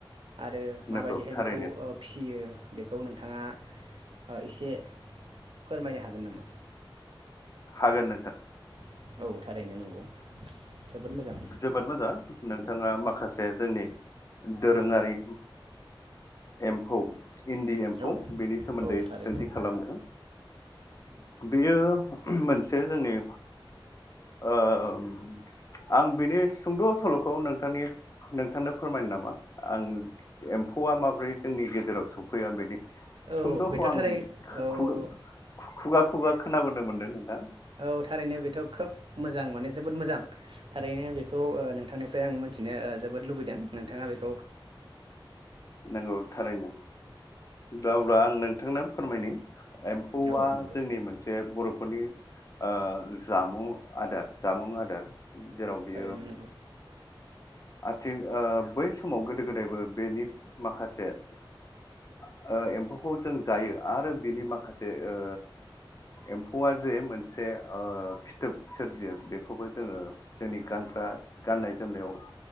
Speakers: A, on the right (about 70°); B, on the left (about 40°).
A: आरो माबायदिहाय
B: नंगौ थारैनो
A: बेखौ ओ फियो। बेखौ नोंथाङा ओ एसे फोरमायनो हागोन नामा?
B: हागोन नोंथां।
A: <unintelligible> औ थारैनो नंगौ जोबोद मोजां
B: जोबोद मोजां नोंथाङा माखास से जोंनि दोरोङारि एम्फौ इन्दि एम्फौ
A: औ
B: बेनि सोमोन्दै
A: औ थारैनो
B: सोंथि खालामदों बेयो मोनसे जोंनि ओ ओ ओ आं बेनि सुंद' सल'खौ नोंथांनि नोंथांनो फोरमायनो नामा आं एम्फौआ माबोरै जोंनि गेजेराव सफैया बेनि
A: औ
B: सुंद'खौ
A: बेथ'
B: आं
A: थारै
B: खु-खुगा
A: औ
B: खुगा खोनाबोनो मोनदों नोंथां।
A: औ थारैनो बेथ' खोब मोजां मानो जोबोद मोजां। थारैनो बेखौ ओ नोंथांनिफ्राय आं मिथिनो ओ जोबोद लुबैदों। नोंथाङा बेख
B: नंगौ थारैनो। दा अब्ला आं नोंथांनो फोरमायनि एम्फौआ
A: औ नंगौ
B: जोंनि मोनसे बर' ख'नि ओ जामु आदार जामुं आदार। जेराव बेयो
A: थारैनो नंगौ
B: आथिं ओ बै समाव गोदो गोदायबो बेनि माखासे ओ एम्फौखौ जों जायो। आरो बिनि माखासे ओ एम्फौआ जे मोनसे ओ फिथोब सोरजियो बेखौबो जोङो जोंनि गानग्रा गाननाय जोमनायाव